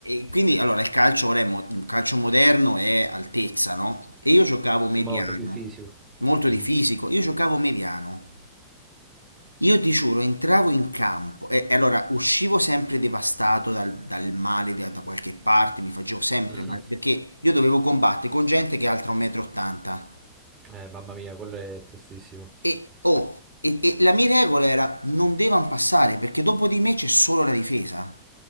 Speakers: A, on the left; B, on the right.
A: e quindi allora il calcio ora è mo- il calcio moderno è altezza, no? E io giocavo mediano,
B: Sembra molto più fisico.
A: molto
B: Mhm.
A: di fisico, io giocavo mediano. Io ti giuro, entravo in campo e, e allora uscivo sempre devastato dal, dal male da, da qualche parte, mi facevo sempre
B: Mhm.
A: male, perché io dovevo combattere con gente che è altra 1,80 m. E, ottanta.
B: Eh, mamma mia, quello è tostissimo.
A: E, oh, e, e la mia regola era non devono passare perché dopo di me c'è solo la difesa.